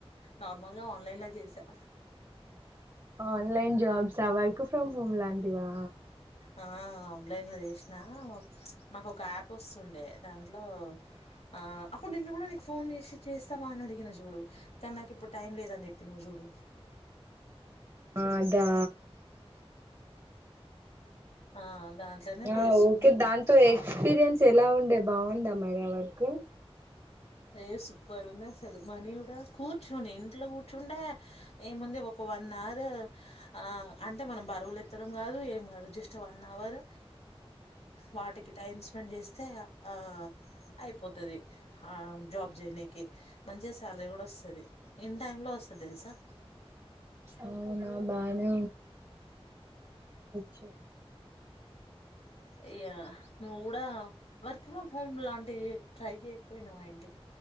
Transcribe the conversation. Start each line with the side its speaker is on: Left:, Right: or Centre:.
Left: నార్మల్గా ఆన్లైన్ లో చేసా
Right: ఆన్లైన్ జాబ్సా వర్క్ ఫ్రమ్ హోమ్ లాంటివా
Left: ఆ ఆన్లైన్ లో చేసిన మాకు ఒక యాప్ వస్తుండే దాంట్లో ఆ అప్పుడు నిన్ను కూడా నీకు ఫోన్ చేసి చేస్తావా అని అడిగిన చూడు కానీ నాకు ఇప్పుడు టైం లేదని చెప్పినావ్ చూడు
Right: అదా
Left: ఆ దాంట్లోనే
Right: ఆ
Left: చేస్తున్నా
Right: ఓకే దాంతో ఎక్స్పీరియన్స్
Left: ఆ
Right: ఎలా ఉండే బాగుండా మ మరి వర్క్
Left: ఏయ సూపర్ గా ఉంది అసలు మనీ కూడా కూర్చొని ఇంట్లో కూర్చుండ ఏముంది ఒక వన్ హవర్ ఆ అంటే మనం బరువులుత్తడం కాదు ఏం కాదు జస్ట్ వన్ అవర్ వాటికి టైం స్పెండ్ చేస్తే ఆ అయిపోతాది ఆ జాబ్ జేయినికే మంచి సాలరీ కూడా వస్తాది ఇన్ టైమ్ లో వస్తుది తెలుసా
Right: అవునా బానే చూ
Left: ఇయ నువ్ కూడా వర్క్ ఫ్రమ్ హోమ్ లాంటి ట్రై చేయకపోయినావ ఇంటి